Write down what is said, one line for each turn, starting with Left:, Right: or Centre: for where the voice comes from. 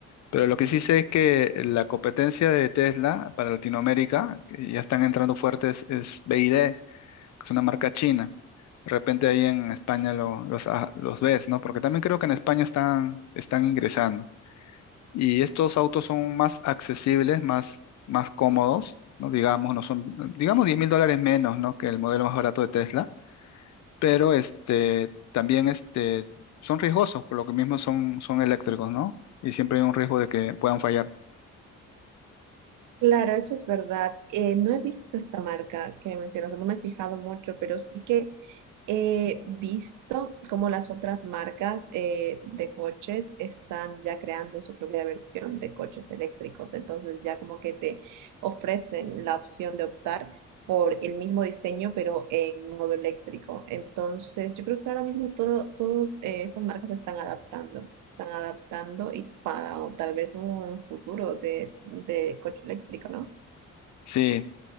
Left: Pero lo que sí sé es que la competencia de Tesla para Latinoamérica, que ya están entrando fuertes, es BYD, que es una marca china. De repente ahí en España lo- los, ah, los ves, ¿no? Porque también creo que en España están, están ingresando. Y estos autos son más accesibles, más, más cómodos, ¿no? Digamos, no son, digamos diez mil dólares menos, ¿no? que el modelo más barato de Tesla, pero este, también este, son riesgosos, por lo que mismo son, son eléctricos, ¿no? Y siempre hay un riesgo de que puedan fallar.
Right: Claro, eso es verdad. Eh, no he visto esta marca que mencionas, no me he fijado mucho, pero sí que he visto cómo las otras marcas eh, de coches están ya creando su propia versión de coches eléctricos. Entonces ya como que te ofrecen la opción de optar por el mismo diseño, pero en modo eléctrico. Entonces, yo creo que ahora mismo todo, todas estas marcas se están adaptando, se están adaptando y para tal vez un futuro de, de coche eléctrico, ¿no?
Left: Sí,